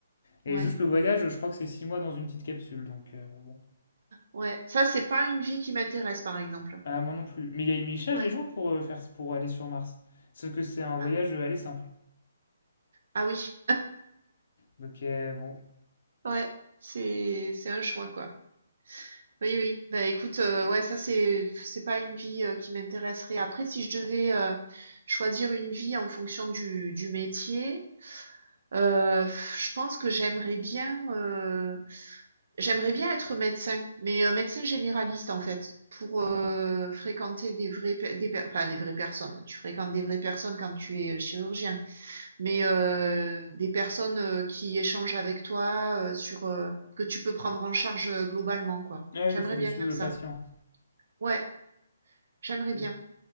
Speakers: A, on the left (about 55°); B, on the right (about 60°).
A: Et
B: ouais,
A: juste le voyage, je crois que c'est six mois dans une petite capsule, donc euh, bon.
B: ouais. Ça, c'est pas une vie qui m'intéresse, par exemple.
A: Ah, moi non plus. Mais, il y a- mais ils cherchent
B: Ouais.
A: des gens pour, euh, faire, pour aller sur Mars. Sauf que c'est un voyage
B: Ah
A: euh, aller simple.
B: ah oui.
A: Donc, euh, bon.
B: Ouais, c'est c'est un choix, quoi. Oui, oui. Bah, écoute, heu, ouais, ça, c'est c'est pas une vie, heu, qui m'intéresserait. Après, si je devais, heu, choisir une vie en fonction du du métier, heu, je pense que j'aimerais bien, heu J'aimerais bien être médecin, mais euh, médecin généraliste en fait, pour euh, fréquenter des vraies, pe- des per- enfin, des vraies personnes. Tu fréquentes des vraies personnes quand tu es euh, chirurgien, mais euh, des personnes euh, qui échangent avec toi euh, sur euh, que tu peux prendre en charge euh, globalement quoi.
A: Ah
B: J'aimerais
A: oui, tu veux
B: bien
A: suivre
B: faire
A: le
B: ça.
A: patient.
B: Ouais, j'aimerais bien.
A: Mm.